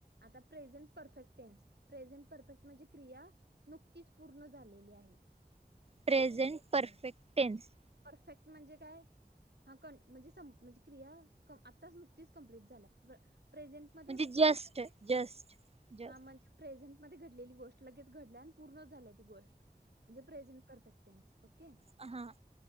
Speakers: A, on the right (about 80°); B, on the right (about 35°).
A: आता प्रेझेंट परफेक्टेन्स. प्रेझेंट परफेक्ट म्हणजे क्रिया नुकतीच पूर्ण झालेली आहे.
B: Present perfect tense.
A: परफेक्ट म्हणजे काय? हा कन म्हणजे सम म्हणजे क्रिया क आत्ताच नुकतीच कंप्लीट झाल्या, प्रेझेंट मध्ये
B: म्हणजे जस्ट
A: परफेक्ट टेन्स,
B: जस्ट जस्ट
A: हा म्हणजे प्रेझेंट मध्ये घडलेली गोष्ट लगेच घडल्या आणि पूर्ण झाल्या ती गोष्ट. म्हणजे प्रेझेंट परफेक्टेन्स ओके.
B: ह हां.